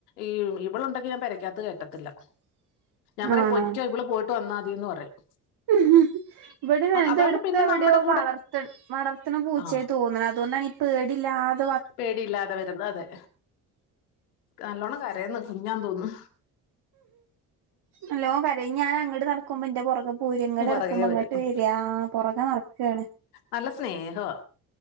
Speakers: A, on the left; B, on the right.
A: ഈ ഇവളുണ്ടെങ്കി ഞാൻ പേരക്കകതത്ത് കേറ്റത്തില്ല. ഞാൻ പറയും
B: ആണോ
A: പൊകൊ ഇവള് പോയിട്ട് വന്നാതിന്ന് പറയും.
B: <unintelligible> ഇവിടെന്നെന്തെടുത്ത്
A: അതാകുമ്പോ പിന്നെ
B: എവിടെയോ
A: നമ്മുടെ കൂടെ
B: വളർത്ത വളർത്തണ പൂച്ചയായി
A: ആ
B: തോന്നണതുകൊണ്ടാണ്. പേടില്ലാത്ത
A: പേടിയില്ലാതെ വരുന്ന് അതെ നല്ലോണം കരയ്ന്ന് കുഞ്ഞാന്ന് തോന്നുന്നു.
B: നല്ലോം കരയും ഞാൻ അങ്ങട് നടക്കുമ്പോ എന്റൊ പുറകെ പോര ഇങ്ങോട്ട്
A: കു
B: നടക്കുമ്പോ
A: പറകേ
B: അങ്ങോട്ട്
A: വരും
B: വരിയാ പുറകെ നടക്കണ്.
A: നല്ല സ്നേഹവാ